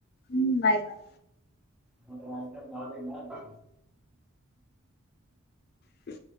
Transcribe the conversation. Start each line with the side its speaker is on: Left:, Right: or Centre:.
Left: ఉ బాయ్ బాయ్
Centre: మ రాయస కావత కా
Left: అ